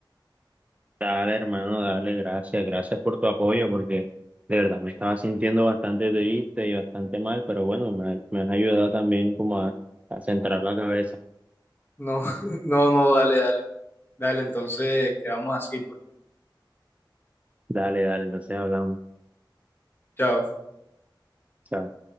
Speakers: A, on the right; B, on the left.
A: Dale, hermano, dale, gracias, gracias por tu apoyo, porque de verdad me estaba sintiendo bastante triste y bastante mal, pero bueno, me, ha- me has ayudado también como a, a centrar la cabeza.
B: No, <laughs> no, no, dale, dale, dale, entonces quedamos así, pues.
A: Dale, dale, entonces hablamos.
B: Chao.
A: Chao.